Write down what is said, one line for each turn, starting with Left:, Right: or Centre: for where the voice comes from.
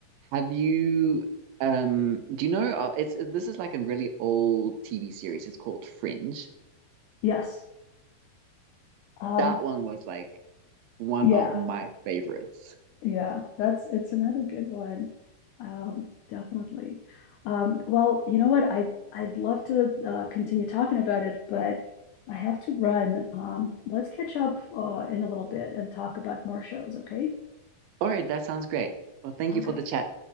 Right: have you um, do you know? uh, It's this is like a really old TV series. It's called Fringe.
Left: Yes. Um,
Right: That one was like one
Left: Yeah,
Right: of my favorites.
Left: yeah, that's it's another good one. Um, definitely. Um, well, you know what? I I'd love to uh, continue talking about it, but I have to run. Um, let's catch up uh, in a little bit and talk about more shows, okay?
Right: All right, that sounds great. Well, thank
Left: Okay.
Right: you for the chat.